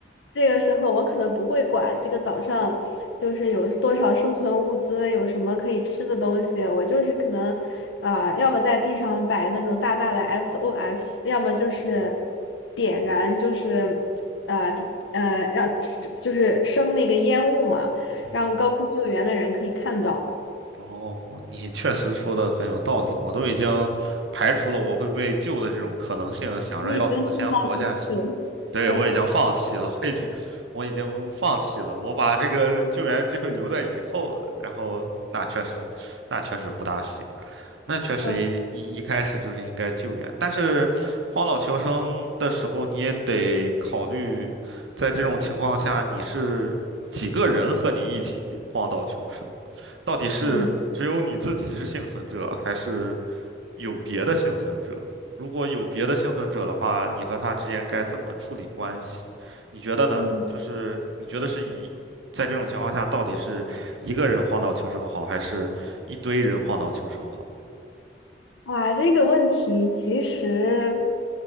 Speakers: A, on the left (about 80°); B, on the right (about 85°).
A: 这个时候我可能不会管这个岛上就是有多少生存物资，有什么可以吃的东西，我就是可能啊、呃要么在地上摆那种大大的 SOS，要么就是
B: 嗯
A: 点燃就是。啊，呃地呃，让是就是升那个烟雾嘛，
B: 嗯哼。
A: 让高空救援的人可以看到。
B: 哦，你确实说的很有道理，我都已经排除了我会被救的这种可能性了想着要怎么先活下去。
A: 你已经自暴自弃了。
B: 对，
A: <laughs>
B: 我已经放弃了，我已经，我已经放弃了，我把这个救援机会留在以后了。然后，那确实，那确实不大行。那确实一一一开始就是应该救援，
A: 嗯
B: 但是荒岛求生的时候，你也得考虑，在这种情况下，你是几个人和你一起荒岛求生？到底是只有你自己是幸存者，
A: 嗯
B: 还是有别的幸存者？如果有别的幸存者的话，你和他之间该怎么处理关系？你觉得呢？
A: 嗯。
B: 就是你觉得是一，在这种情况下，到底是一个人荒岛求生好，还是一堆人荒岛求生好？
A: 哇，这个问题其实